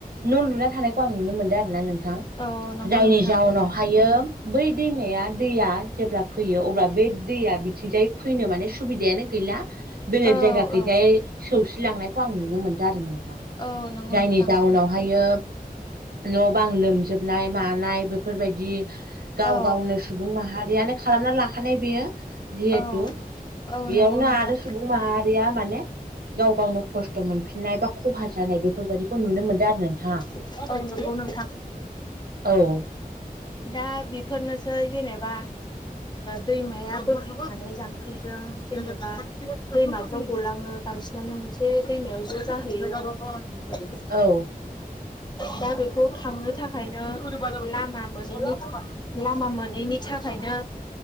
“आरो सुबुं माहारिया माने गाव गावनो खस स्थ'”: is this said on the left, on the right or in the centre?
Right